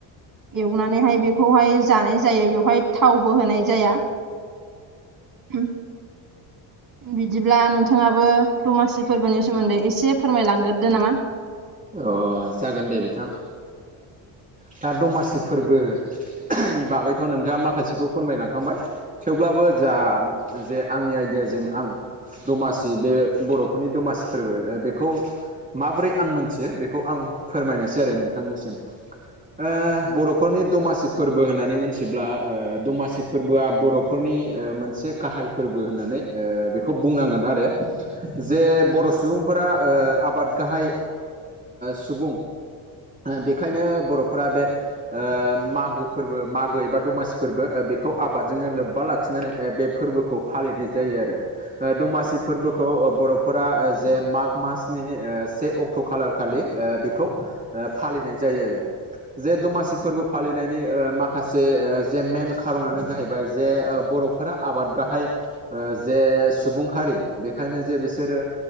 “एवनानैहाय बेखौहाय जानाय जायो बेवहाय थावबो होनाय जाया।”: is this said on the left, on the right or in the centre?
Right